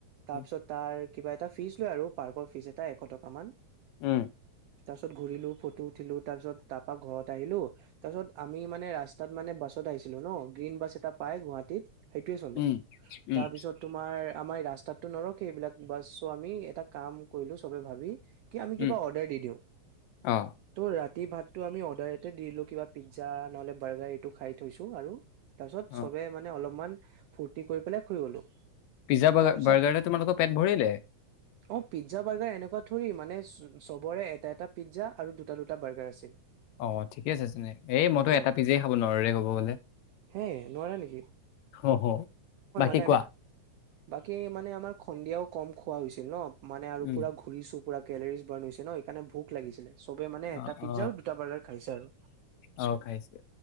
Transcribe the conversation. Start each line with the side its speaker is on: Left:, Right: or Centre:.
Right: তাৰপিছত
Left: উম,
Right: তাত এ কিবা‌ এটা‌ ফিছ লৈ আৰু পাৰ্ক ফিছ এটা এশ টকা মান।
Left: উম
Right: তাৰ পিছত ঘূৰিলো ফটো উঠিলো তাৰপিছত তাৰপা ঘৰত আহিলো তাৰ পিছত আমি মানে ৰাস্ত তাত মানে বাছত আহিছিলো ন গ্ৰীণ বাছ এটা। পায় গুৱাহাটীত। সেইটোৱে চলে।
Left: উম, উম,
Right: তাৰ পিছত তোমাৰ আমাৰ ৰাস্তাতটো নৰখে সেইবিলাক বাছ চো আমি এটা কাম কৰিলো চবে ভাবি কি আমি
Left: উম,
Right: কিবা অৰ্ডাৰ দি দিওঁ,
Left: অ'।
Right: ত' ৰাতি ভাতটো আমি অৰ্ডাৰ এতে দি দিলো কিবা পিজ্জা নহলে বাৰ্গাৰ এইটো খাই থৈছো আৰু তাৰপিছত
Left: অ
Right: চবে মানে অলপমান ফূৰ্তি কৰি পেলাই শুই গ'লো।
Left: পিজ্জা বাৰ্গাৰ
Right: তাৰপিছত
Left: বাৰ্গাৰে তোমালোকৰ পেট ভৰিলে
Right: অ', পিজ্জা বাৰ্গাৰ এনেকুৱা থৰি মানে চবৰে এটা এটা পিজ্জা আৰু দুটা দুটা বাৰ্গাৰ আছিল।
Left: অ', ঠিকে আছে তেনে এই মইতো
Right: অ
Left: এটা পিজ্জাই খাব নোৱাৰোৰে কব গলে।
Right: হে নোৱাৰা নেকি
Left: হ হ বাকী
Right: <unintelligible>
Left: কোৱা?
Right: বাকী মানে আমাক সন্ধিয়াও কম খোৱা হৈছিল ন। মানে আৰু
Left: উম
Right: পুৰা ঘূৰিছো। পোৰা কেলেৰিজ বাৰ্ণ হৈছে ন সেইকাৰে ভোক লাগিছিলে। চবে মানে এটা
Left: অ
Right: পিজ্জা
Left: অ
Right: দুটা বাৰ্গাৰ খাইছে আৰু।
Left: অ খাইছে